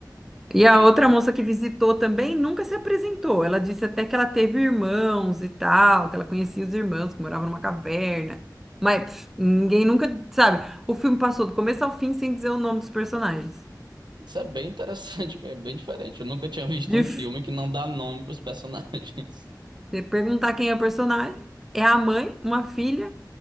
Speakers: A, in the centre; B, on the right.
A: E a
B: E
A: outra moça que visitou também nunca se apresentou. Ela disse até que ela teve irmãos e tal, que ela conhecia os irmãos, que moravam numa caverna. Mas pff, ninguém nunca, sabe? O filme passou do começo ao fim sem dizer o nome dos personagens.
B: isso é bem interessante, <laughs> é bem diferente. Eu nunca tinha visto
A: E
B: um filme
A: f-
B: que não dá nome pros personagens.
A: você perguntar quem é o personagem, é a mãe, uma filha